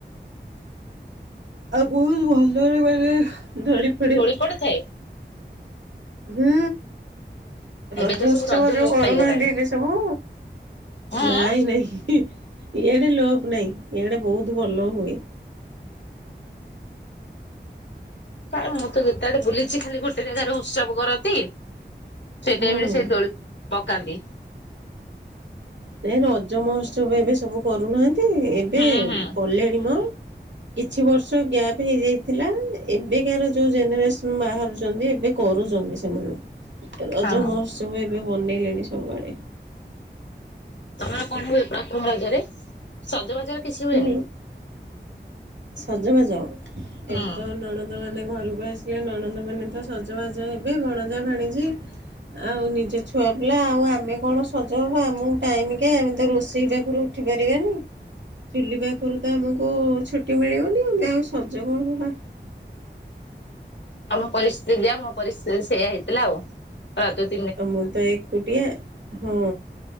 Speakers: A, on the right (about 80°); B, on the left (about 75°).
A: ଆଉ ବହୁତ ଭଲରେ ମାନେ ଧୂଳି ଫୁଳି
B: ପଡ଼ି ଥାଏ।
A: ହୁଁ। ରଜ
B: ଏବେ ତ
A: ଉତ୍ସବ
B: ସବୁ ରଜ
A: ଯୋଉ
B: ଲୋପ
A: କରୁନାହାନ୍ତି
B: ପାଇଗଲାଣି
A: ଏବେ ସବୁ,
B: ହଁ
A: ନାଇଁ ନାଇଁ ଇଆଡ଼େ ଲୋପ୍ ନାଇଁ ଇଆଡ଼େ ବହୁତ ଭଲ ହୁଏ।
B: ଥାଏ ମୁଁ ତ ଯେତେଆଡ଼େ ବୁଲିଛି ଖାଲି ଗୋଟେ ଜାଗାରେ ଉତ୍ସବ କରନ୍ତି ସେ ଟାଇମ୍
A: ହୁଁ
B: ରେ ସେଇ ଦୋଳି ପକାନ୍ତି।
A: ନାଇଁ ରଜ ମହୋତ୍ସବ ଏବେ ସବୁ କରୁନାହାନ୍ତି ଏବେ
B: ହୁଁ ହୁଁ
A: କଲେଣି ମ କିଛି ବର୍ଷ ଗ୍ୟାପ ହେଇଯାଇଥିଲା ଏବେକାର ଯୋଉ ଜେନେରେସନ ବାହାରୁଛନ୍ତି ଏବେ କରୁଛନ୍ତି ସେମାନେ ରଜ
B: ହଁ
A: ମହୋତ୍ସବ ଏବେ ବନେଇଲେଣି ସବୁଆଡ଼େ।
B: ତମର ଗାଁରେ କଣ ହୁଏ ପ୍ରଥମ ରଜରେ, ସଜବାଜରେ କିଛି ହୁଏନି?
A: ହୁଁ ସଜବାଜ,
B: ହୁଁ
A: ଏଠିତ ନଣନ୍ ନଣନ୍ଦ ମାନେ ଘରକୁ ଆସିବେ, ନଣନ୍ଦ ମାନେ ତ ସଜବାଜ ହେବେ, ଭଣଜା ଭାଣିଜି ଆଉ ନିଜ ଛୁଆ ପିଲା ଆଉ, ଆମେ କଣ ସଜ ହବୁ, ଆମକୁ ଟାଇମ କାଇଁ? ଆମେ ତ ରୋଷେଇ ପାଖୁରୁ ଉଠି ପାରିବାନି, ଚୁଲି ପାଖରୁ ତ ଆମକୁ ଛୁ ମିଳିବନି, ଆମେ ଆଉ ସଜ କଣ ହେବା?
B: ତମ ପରିସ୍ଥିତି ଯାହା, ମୋ ପରିସ୍ଥିତି ସେଇଆ ହେଇଥିଲା ଆଉ, ରଜ ଦି
A: ତ ମୁଁ ତ ଏକୁଟିଆ, ହୁଁ।